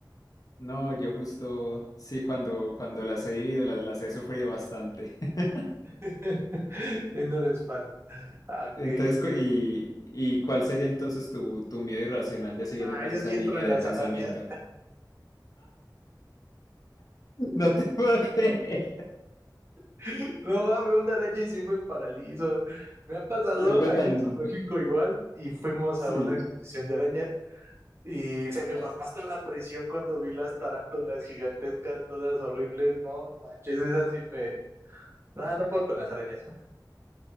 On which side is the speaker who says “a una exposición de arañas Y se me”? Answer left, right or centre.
Right